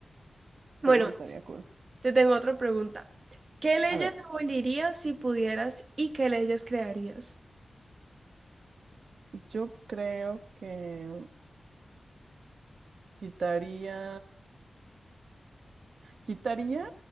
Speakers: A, on the right; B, on the right.
A: Sí,
B: Bueno.
A: eso estaría cool.
B: Te tengo otra pregunta. ¿Qué leyes
A: A ver,
B: abolirías si pudieras y qué leyes crearías?
A: Yo creo que quitaría, quitaría